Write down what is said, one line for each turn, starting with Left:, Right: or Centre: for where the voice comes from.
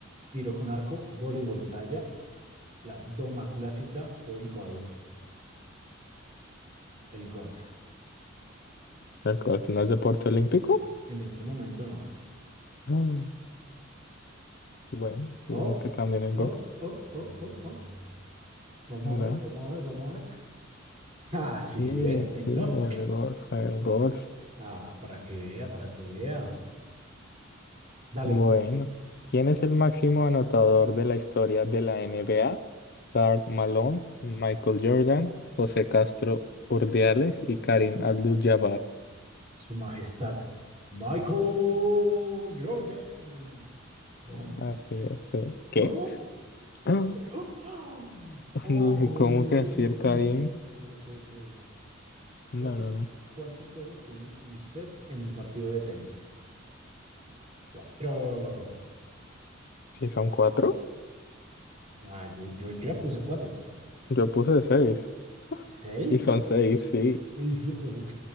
Right: Tiro con arco, voleibol playa, la doma clásica o el golf. El golf.
Left: ¿El golf no es deporte olímpico?
Right: En este momento no.
Left: Ah, Bueno,
Right: Oh,
Left: yo digo que también el golf,
Right: oh, oh, oh, oh, oh. Vamos
Left: ¿verdad?
Right: a ver, vamos a ver, vamos a ver. Ah, sí,
Left: Sí,
Right: sí, ¿eh? señor.
Left: sí, el golf, el golf.
Right: Ah, para que vea, para que vea. Dale,
Left: Bueno, ¿quién es el máximo anotador de la historia de la NBA? Karl Malone, Michael Jordan, José Castro Urdiales y Karim Abdul-Jabbar.
Right: Su Majestad Michael Jordan. Boom.
Left: Así es. sí. ¿Qué?
Right: No,
Left: Ah,
Right: no. ¡Ah!
Left: <laughs>
Right: Oh,
Left: no, ¿Cómo
Right: no,
Left: que
Right: te-
Left: así
Right: no,
Left: el Karim?
Right: uy, no lo puedo creer.
Left: No,
Right: ¿Cuántos,
Left: no, no.
Right: cuántos juegos tiene un set en un partido de tenis? Cuatro.
Left: ¿Sí son cuatro?
Right: Ah, yo, yo ya puse cuatro.
Left: Yo puse seis.
Right: ¿Seis?
Left: Y son seis, sí.
Right: En se- Uy,